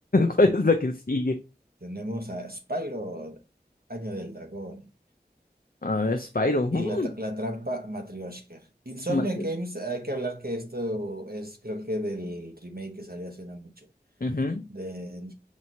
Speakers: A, on the left; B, on the right.
A: ¿Cuál es la que sigue?
B: Tenemos a Spyro, Año del Dragón.
A: A ver, Spyro. Mm,
B: Y la, tra- la trampa Matryoshka. Insomnia
A: manches.
B: Games, hay que hablar que esto es, creo que del remake que salió hace no mucho.
A: Ujú.
B: De...